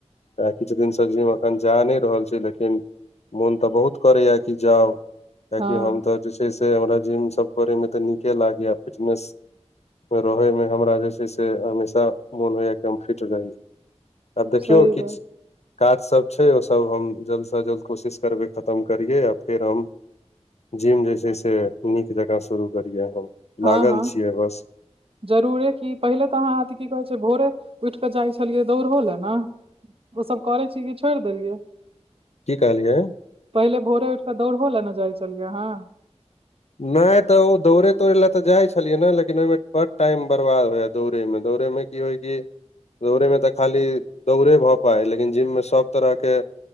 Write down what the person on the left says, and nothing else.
तऽ किछु दिन स जी हम अखन जा नहि रहल छी लेकिन मोन तऽ बहुत करेया कि जाउ कियाकि
हम त जे छै से हमरा जिम सभ करे मे तऽ नीके लागैया फिटनेस रहे मे हमरा जे छै से हमेशा मोन होइया कि हम फिट रहि आब देखियौ
किछु
काज सभ छै ओ सभ हम जल्द से जल्द कोशिश करबे खतम करियए या फेर हम जिम जे छै से नीक जकाँ शुरू करियै हम।
लागल
छियै बस
कि कहलियै
नैय तऽ ओ दौड़े तौड़य लए तऽ जाइ छलियै ने लेकिन ओहिमे बड़ टाइम बर्बाद होया दौड़ैय दौड़ैय में। कि होई कि दौड़यमे तऽ खाली दौड़े भऽ पाई लेकिन जिममे सभ तरहके